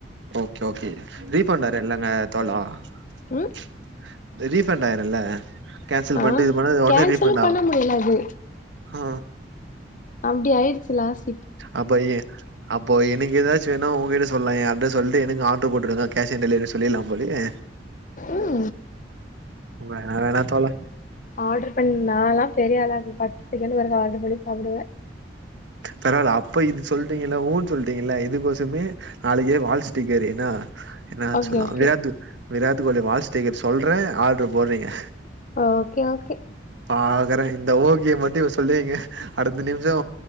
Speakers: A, on the right; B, on the left.
A: ஓகே ஓகே ரீபண்ட் வரு இல்லங்க தோழா அது
B: ம்
A: ரீஃபண்ட் ஆயிருல்ல கேன்சல்
B: ஆ
A: பண்ட்டு இது பண்ணா ஒடனே
B: கேன்சலு
A: ரீஃபண்ட் ஆவு
B: பண்ண முடியல அது
A: ஆ
B: அப்டி ஆய்டுச்சு லாஸ்
A: அப்பயே அப்போ எனக்கு எதாச்சு வேணா ஒங்கிட்ட சொல்லா எ அட்ரஸ் சொல்ட்டு எனக்கு ஆட்ரு போட்டுருங்க கேஷ் ஆன் டெலிவரி சொல்லிட்லா போலியே
B: ம்
A: வேணா தோழா
B: ஆர்டரு பண்ணி மேலா பெரிய ஆளா பத்து செகண்டு் வரைக்கு ஆர்டரு பண்ணி சாப்டுவ
A: பரவால்ல அப்ப இது சொல்லிட்டீங்ல்ல ஊன்னு சொல்லிட்டீங்கல்ல இதுக்கோசரமே நாளைக்கு வால் ஸ்டிக்கரு ஏனா என்ன
B: ஓகே
A: சொல்லா
B: okay
A: Virat Virat Kohli wall sticker சொல்ற ஆர்ட்ரு போட்றீங்க
B: ஓகே ஓகே
A: ஆகற இந்த ஓகிய மட்டு இப்ப சொல்லீங்க அடுத்த நிமிஷோ